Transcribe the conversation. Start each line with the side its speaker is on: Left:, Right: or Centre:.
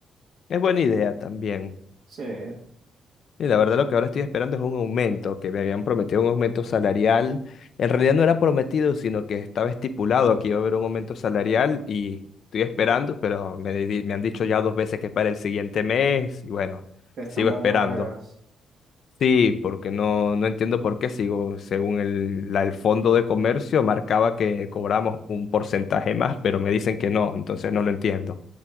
Left: Es buena idea también.
Right: Sí, te
Left: Y la verdad lo que ahora estoy esperando es un aumento, que me habían prometido un aumento salarial. En realidad no era prometido, sino que estaba estipulado que iba a haber un aumento salarial y estoy esperando, pero me, di- me han dicho ya dos veces que es para el siguiente mes y bueno,
Right: están
Left: sigo
Right: dando
Left: esperando.
Right: largas.
Left: Sí, porque no, no entiendo por qué sigo. Según el, la- el fondo de comercio marcaba que cobramos un porcentaje más, pero me dicen que no, entonces no lo entiendo.